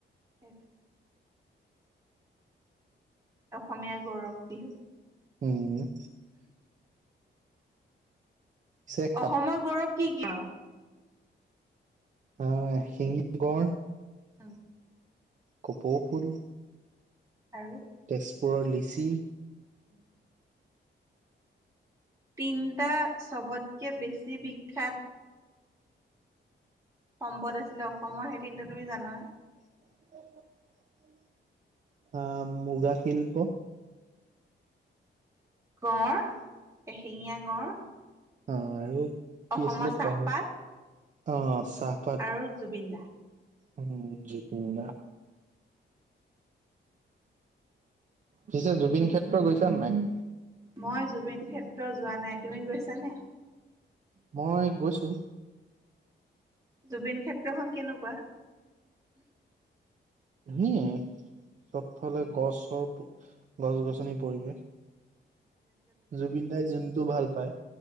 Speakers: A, on the right; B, on the right.
A: সেইটো অসমীয়া গৌৰৱ বিহু
B: উম পিছে
A: অসমৰ
B: কাত
A: গৌৰৱ কি কি আৰু
B: অ এশিঙীয়া গড়
A: অ
B: কপৌ ফুল
A: আৰু
B: তেজপুৰৰ লিচি
A: উম তিনিটা চবতকে বেছি বিখ্যাত সম্পদ আছিলে অসমৰ সেই তিনিটা তুমি জানা
B: <unintelligible> অ মুগা শিল্প
A: গঁড় এশেঙীয়া গঁড়
B: অ আৰু কি
A: অসমৰ
B: আছিলে
A: চাহপাত
B: পাহৰি অ চাহপাত
A: আৰু জুবিন দা।
B: উম জুবিন দা। পিছে জুবিন ক্ষেত্ৰ গৈছা নাই?
A: মই জুবিন ক্ষেত্ৰ যোৱা নাই। তুমি গৈছানে?
B: মই গৈছো।
A: জুবিন ক্ষেত্ৰখন কেনেকুৱা?
B: ধুনীয়ে চবফালে গছ চৰ গছ-গছনিৰ পৰিৱেশ। জুবিন দাই যোনটো ভাল পায়।